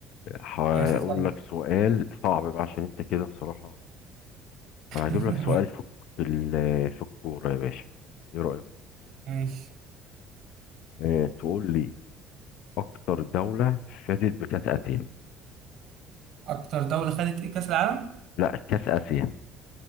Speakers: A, on the left (about 65°); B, on the right (about 55°).
A: هقول
B: ماشي طيب
A: لك سؤال صعب بقى عشان انت كده بصراحة
B: <laughs>
A: انا هجيب لك سؤال في في ال- في الكورة يا باشا ايه رأيك
B: ماشي
A: اه تقول لي اكتر دولة فازت بكأس اسيا
B: أكتر دولة خدت إيه كأس العالم؟
A: لا كأس اسيا